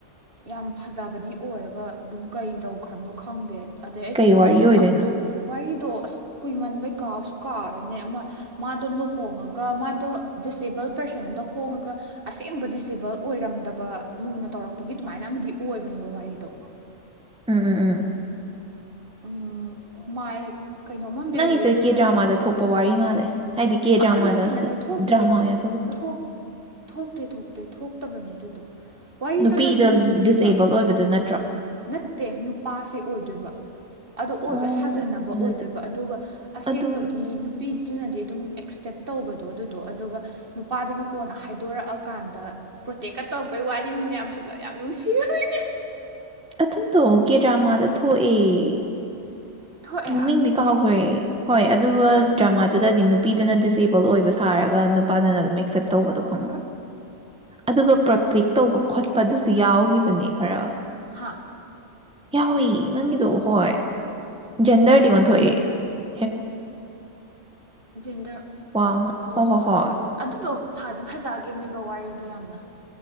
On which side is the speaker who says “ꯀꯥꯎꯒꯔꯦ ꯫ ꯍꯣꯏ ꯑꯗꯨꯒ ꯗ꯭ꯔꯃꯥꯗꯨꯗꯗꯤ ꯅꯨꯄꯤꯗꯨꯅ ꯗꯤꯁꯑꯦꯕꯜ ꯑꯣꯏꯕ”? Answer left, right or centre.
Centre